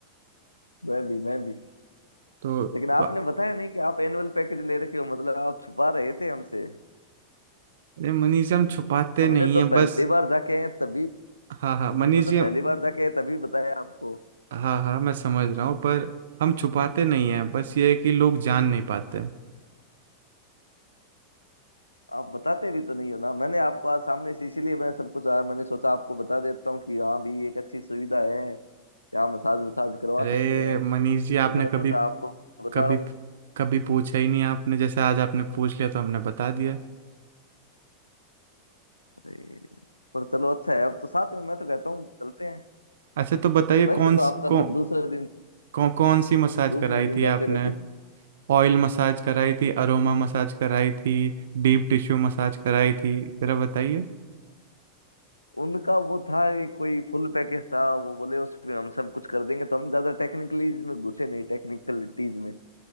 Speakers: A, on the left; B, on the right.
A: मैं भी मैं भी
B: तो,
A: लेकिन आपने
B: तो
A: बताया नहीं कि आप एनुअल पैकेज ले रखे हो मतलब आप छुपा रहे थे हमसे
B: अरे मनीष जी हम छुपाते
A: हमने
B: नहीं
A: तो
B: है
A: पहली
B: बस
A: बार जाके आए हैं तभी
B: हाँ हाँ मनीष
A: हम तो जब
B: जी
A: पहली बार जाके आए तभी बताया आपको
B: हाँ हाँ मैं समझ रहा हूँ पर हम छुपाते नहीं हैं बस ये है कि लोग जान नहीं पाते हैं
A: आप बताते भी तो नहीं हो ना मैंने आपको आज सामने से इसीलिए मैं सब कुछ आया मैंने सोचा आपको बता देता हूँ कि हाँ भी एक अच्छी सुविधा है यहाँ मसाज वसाज करवा
B: अरे
A: सकते हैं तो
B: मनीष जी आपने
A: मैं
B: कभी
A: सोचा आपको बताऊं
B: कभी कभी पूछा ही नहीं आपने जैसे आज आपने पूछ लिया तो हमने बता दिया
A: अरे पर चलो अच्छा है अब तो साथ में मैं तो कहता हूँ चलते हैं
B: ऐसे तो बताइए
A: अब वैसे
B: कौन
A: तो आप कर
B: कौन
A: लो दूसरे दिन
B: कौन कौन सी मसाज
A: दूसरे
B: कराई
A: दिन
B: थी
A: जाते
B: आपने
A: रहते हो
B: ऑयल मसाज कराई थी अरोमा मसाज कराई थी डीप टिश्यू मसाज कराई थी जरा बताइए
A: उनका वो था कि कोई फुल पैकेज था वो बोले उसमें हम सब कुछ कर देंगे तो हम ज्यादा टेक्निकलीज में घुसे नहीं टेक्निकलिटीज में